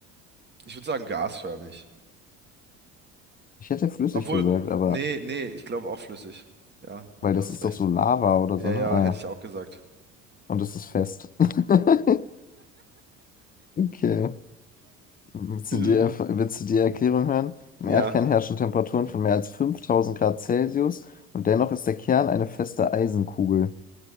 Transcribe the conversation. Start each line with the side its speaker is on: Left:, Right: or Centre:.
Right: ich würde sagen gasförmig.
Left: Ich hätte flüssig
Right: Obwohl,
Left: gesagt, aber
Right: nee, nee, ich glaube auch flüssig. Ja, nee,
Left: weil
Right: du
Left: das
Right: hast
Left: ist
Right: recht.
Left: doch so Lava oder
Right: Ja,
Left: so, ne?
Right: ja,
Left: Ah,
Right: hätte ich auch gesagt.
Left: und es ist fest. <laughs> Okay. Willst
Right: <laughs>
Left: du die, willst du die Erklärung hören? Im
Right: Ja.
Left: Erdkern herrschen Temperaturen von mehr als 5000 Grad Celsius und dennoch ist der Kern eine feste Eisenkugel.